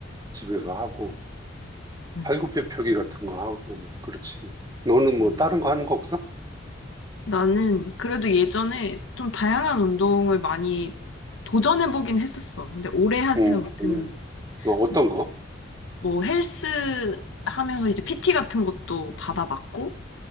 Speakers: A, on the right; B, on the left.
A: 집에서 하고
B: 음.
A: 팔굽혀 펴기 같은 거 하고 뭐 그렇지. 너는
B: 음.
A: 뭐 다른 거 하는 거 없어?
B: 나는 그래도 예전에 좀 다양한 운동을 많이 도전해보긴 했었어. 근데 오래 하지는
A: 음,
B: 못했는데,
A: 음. 어, 어떤
B: 뭐
A: 거?
B: 뭐 헬스 하면서 이제 PT 같은 것도 받아봤고,